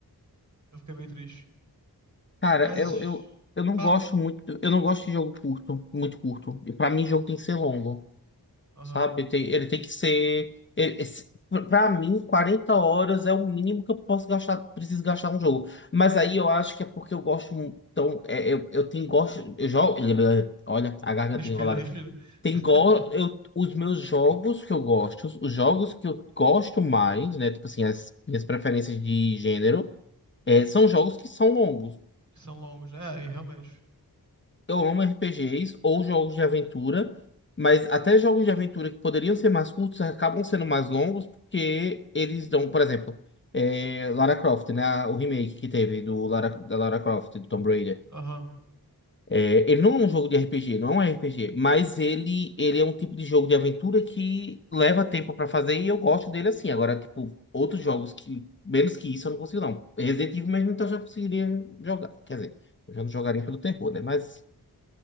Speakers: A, on the right; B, on the left.
A: Eu fiquei bem triste.
B: Cara,
A: Mas.
B: eu, eu, eu não
A: Fala,
B: gosto
A: fala.
B: muito. Eu não gosto de jogo curto, muito curto. E pra mim, jogo tem que ser longo,
A: Aham.
B: sabe? Tem- ele tem que ser. ele- esse- pra mim, 40 horas é o mínimo que eu posso gastar, preciso gastar um jogo. Mas aí eu acho que é porque eu gosto. mu- Então, é, eu, eu tenho gosto. Eu jogo. Olha, a garganta
A: Respira,
B: enrolada.
A: respira.
B: Tem
A: <laughs>
B: go... eu, os meus jogos que eu gosto, os jogos que eu gosto mais, né? Tipo assim, as minhas preferências de gênero, é, são jogos que são longos.
A: São longos, né? É, e realmente.
B: Eu amo RPGs ou jogos de aventura, mas até jogos de aventura que poderiam ser mais curtos acabam sendo mais longos porque eles dão, por exemplo, é, Lara Croft, né? O remake que teve do Lara, da Lara Croft, do Tomb Raider.
A: Aham.
B: É, ele não é um jogo de RPG, não é um RPG, mas ele, ele é um tipo de jogo de aventura que leva tempo pra fazer e eu gosto dele assim. Agora, tipo, outros jogos que, menos que isso, eu não consigo, não. Resident Evil mesmo, então eu já conseguiria jogar. Quer dizer, eu já não jogaria pelo terror, né? Mas